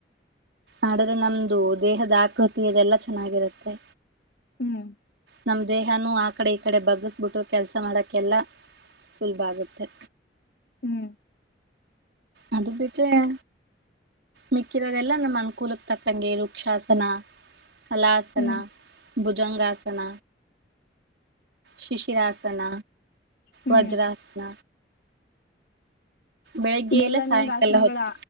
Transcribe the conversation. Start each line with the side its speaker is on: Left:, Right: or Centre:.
Right: ಆದಡ್ರೆ ನಮ್ದು ದೇಹದ ಆಕೃತಿ ಇದೆಲ್ಲಾ ಚೆನ್ನಾಗಿರುತ್ತೆ
Left: ಹ್ಮ್
Right: ನಮ್ಮ್ ದೇಹನು ಆ ಕಡೆ ಈ ಕಡೆ ಬಗ್ಗಿಸಬಿಟ್ಟು ಕೆಲಸ ಮಾಡಕ್ಕೆಲ್ಲ ಸುಲಭ ಆಗುತ್ತೆ
Left: ಹ್ಮ್
Right: ಅ ಹ ಮಿಕ್ಕಿರೋದೆಲ್ಲ ನಮ್ಮ್ ಅನುಕೂಲಕ್ಕೆ ತಕ್ಕಂಗೆ ವರುಕ್ಷಾಸನ ಅಲ್ಲಾಸನ
Left: ಹ್ಮ್
Right: ಭುಜಂಗಾಸನ ಶಿಶಿರಾಸನ
Left: ಹ್ಮ್
Right: ವಜ್ರಾಸನ ಬೆಳಿಗ್ಗೆ
Left: ಎಲ್ಲಾ
Right: ಇಲ್ಲ ಸಾಯಂಕಾಲ
Left: ನಿಂಗ ಆಸನಗಳ
Right: ಹೊತ್ತು